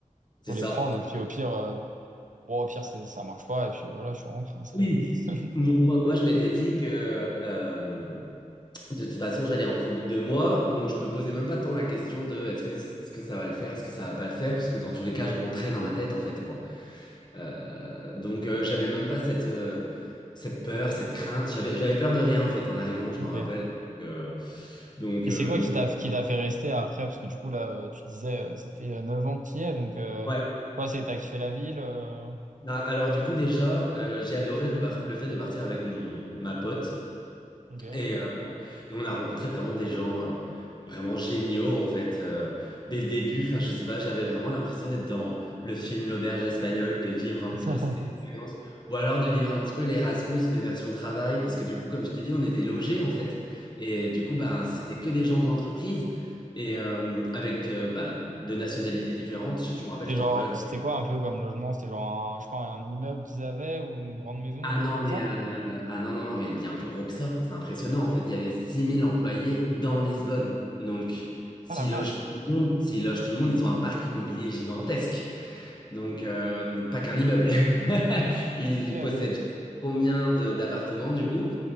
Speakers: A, on the left; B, on the right.
A: c'est
B: faut
A: ça.
B: les prendre. Et puis au pire, euh, bon, au pire, c'est, ça marche pas. Et puis voilà, tu rentres, hein, c'est
A: Oui.
B: la vie. <laughs>
A: Moi, moi, je m'étais dit que euh, De toute façon, j'allais rentrer au bout de deux mois, donc je me posais même pas tant la question de est-ce que, est-ce que ça va le faire, est-ce que ça va pas le faire, parce que dans tous les cas, je rentrais dans ma tête en fait quoi. Euh, donc euh, j'avais même pas cette, euh, cette peur, cette crainte. J'avais, j'avais peur de rien en fait en arrivant, je
B: Ok.
A: m'en rappelle. Euh, donc
B: Et
A: euh,
B: c'est quoi
A: donc
B: qui t'a, qui t'a fait rester après? Parce que du coup, là, euh, tu disais, euh, ça fait euh, 9 ans que tu y es, donc, euh,
A: ouais.
B: toi, c'est que t'as kiffé la ville. euh,
A: Ah, Alors du coup déjà, euh, j'ai adoré le, par- le fait de partir avec mon ma pote.
B: Ok.
A: Et, euh, et on a rencontré vraiment des gens euh, vraiment géniaux, en fait, euh, dès le début. Enfin, je sais pas, j'avais vraiment l'impression d'être dans le film L'Auberge espagnole, de vivre un
B: <laughs>
A: petit peu cette expérience, ou alors de vivre un petit peu l'Erasmus, mais version travail, parce que du coup, comme je t'ai dit, on était logés, en fait. Et du coup, bah, c'était que des gens de l'entreprise. Et euh, avec euh, bah, de nationalités différentes, je, je me rappelle,
B: C'était
A: j'étais
B: genre,
A: en coloc
B: c'était quoi un peu comme logement? C'était genre un, je sais pas, un immeuble qu'ils avaient ou une grande maison,
A: Ah non,
B: un truc comme
A: mais
B: ça?
A: euh, ah non, non, non, mais bien plus gros que ça. C'est impressionnant. En fait, il y avait 6000 employés dans Lisbonne. Donc, s'ils
B: Ah la vache.
A: logent tout le monde, s'ils logent tout le monde, ils ont un parc immobilier gigantesque. Donc, euh, pas qu'un immeuble. <laughs> Il
B: Ok,
A: possède
B: ouais.
A: combien de- d'appartements du coup?